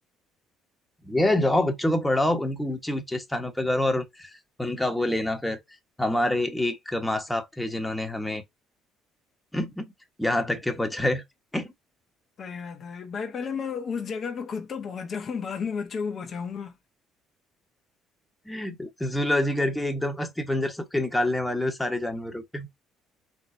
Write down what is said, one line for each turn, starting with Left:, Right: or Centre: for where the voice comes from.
Centre: ये जाओ बच्चों को पढ़ाओ उनको ऊंचे ऊंचे स्थानों पे करो और उन, उनका वो लेना फिर हमारे एक माँ साहब थे जिन्होंने हमें <laughs> यहाँ तक के पहुंचाया
Left: सही बात है भाई पहले मैं उस जगह पे खुद तो पहुंच जाऊं बाद में बच्चों को पहुंचाऊंगा
Centre: <laughs> जूलॉजी करके एकदम अस्थि पंजर सबके निकालने वाले हो सारे जानवरों के